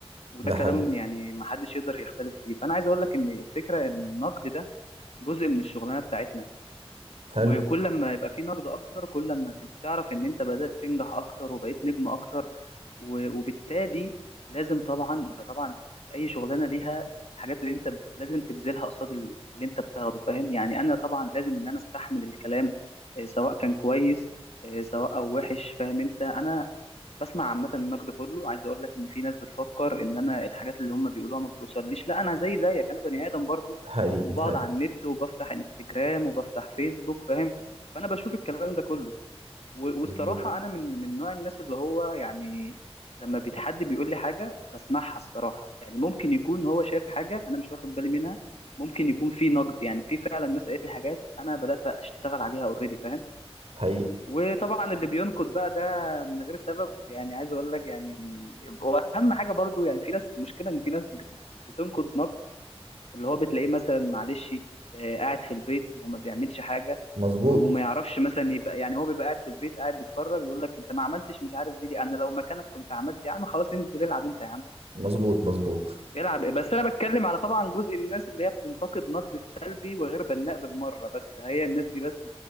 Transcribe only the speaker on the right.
ده
حقيقي
حلو
حقيقي
حقيقي
مظبوط
حقيقي
مظبوط
مظبوط مظبوط